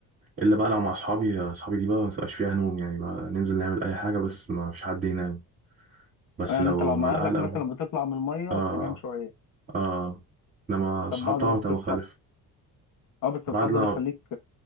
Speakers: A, on the right (about 25°); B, on the left (about 55°).
A: الا بقى لو مع اصحابي اصحابي دي بقى ما تبقاش فيها نوم يعني بقى ننزل نعمل اي حاجه بس ما فيش حد ينام بس
B: يعني
A: لو
B: انت لو
A: مع
B: مع
A: الاهل
B: اهلك
A: او
B: مثلا بتطلع من الميه
A: اه
B: تنام شويه
A: اه انما الصحاب
B: طب بعد
A: طبعا
B: ما بتصحى
A: بتبقى مختلف
B: اه بس
A: بعد
B: الحر
A: لما
B: ده بيخليك